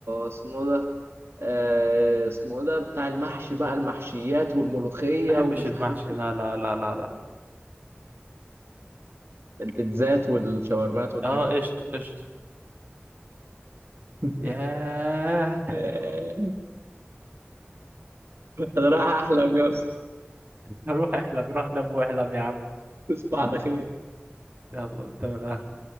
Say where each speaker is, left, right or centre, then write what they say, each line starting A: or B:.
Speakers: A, on the right (about 80°); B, on the right (about 50°).
A: اسمه ده آه، اسمه ده بتاع المحشي بقى المحشيات والملوخيه
B: ما بحبش
A: ومش
B: المحشي
A: عارف ايه
B: لا لا لا لا لا
A: البيتزات والشاورمات والحاجات
B: اه قشطة قشطة
A: <laughs>
B: ياه
A: ياه، انا رايح احلم يا اسطى
B: <laughs> روح احلم روح نام واحلم يا عم
A: تصبح على خير
B: يلا انت من أهلك.